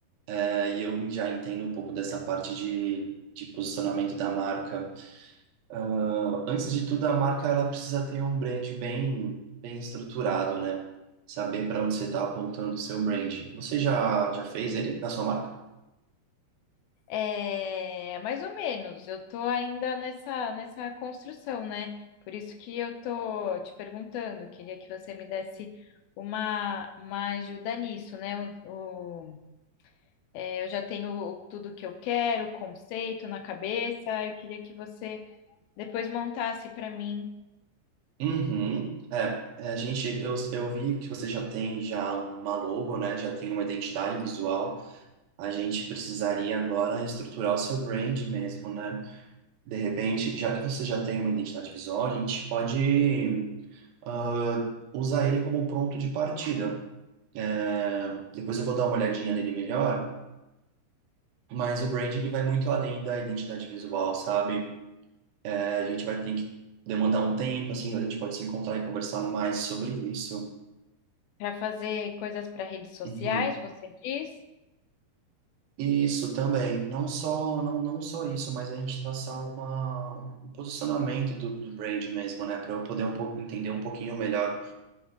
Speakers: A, on the right; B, on the left.
A: É, E eu já entendo um pouco dessa parte de, de posicionamento da marca. Ah, antes de tudo, a marca ela precisa ter um brand bem, bem estruturado, né? Saber para onde você está apontando o seu brand. Você já, já fez ele na sua marca?
B: É, mais ou menos. Eu tô ainda nessa nessa construção, né? Por isso que eu tô te perguntando. Queria que você me desse uma uma ajuda nisso, né? O, o- é, eu já tenho o- tudo que eu quero, o conceito na cabeça. Eu queria que você depois montasse para mim
A: Uhum. É, é, a gente, eu, eu vi que você já tem já uma logo, né? Já tem uma identidade visual. A gente precisaria agora estruturar o seu brand mesmo, né? De repente, já que você já tem uma identidade visual, a gente pode ah, usar ele como ponto de partida. É, Depois eu vou dar uma olhadinha nele melhor, mas o brand ele vai muito além da identidade visual, sabe? É, a gente vai ter que demandar um tempo, assim, a gente pode se encontrar e conversar mais sobre isso.
B: para fazer coisas para redes sociais,
A: Uhum.
B: você diz?
A: Isso também, não só não, não só isso, mas a gente traçar uma, um posicionamento do, do brand mesmo, né, para eu poder um pouco entender um pouquinho melhor